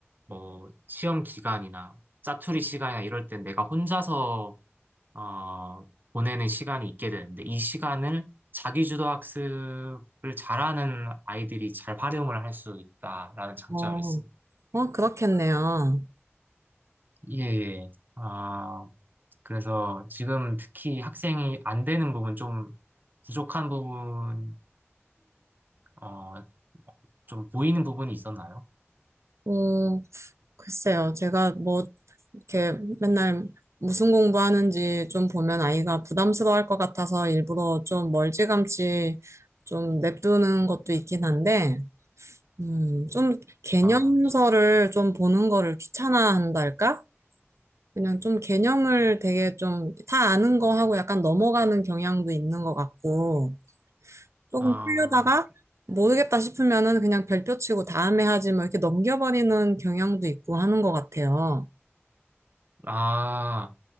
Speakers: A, on the right; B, on the right.
A: 뭐 시험 기간이나 짜투리 시간이나 이럴 땐 내가 혼자서 어, 보내는 시간이 있게 되는데 이 시간을 자기주도 학습을 잘하는 아이들이 잘 활용을 할 수 있다라는 장점이
B: 어,
A: 있습니다.
B: 어, 그렇겠네요.
A: 예, 예. 아, 그래서 지금 특히 학생이 안 되는 부분 좀 부족한 부분이 어, 좀 보이는 부분이 있었나요?
B: 어, 글쎄요, 제가 뭐, 이렇게 맨날 무슨 공부하는지 좀 보면 아이가 부담스러워할 것 같아서 일부러 좀 멀찌감치 좀 냅두는 것도 있긴 한데, 음, 좀 개념서를
A: 아,
B: 좀 보는 거를 귀찮아한달까? 그냥 좀 개념을 되게 좀 다 아는 거 하고 약간 넘어가는 경향도 있는 것 같고, 조금
A: 아,
B: 풀려다가 모르겠다 싶으면은 그냥 별표 치고 다음에 하지 뭐 이렇게 넘겨버리는 경향도 있고 하는 것 같아요.
A: 아,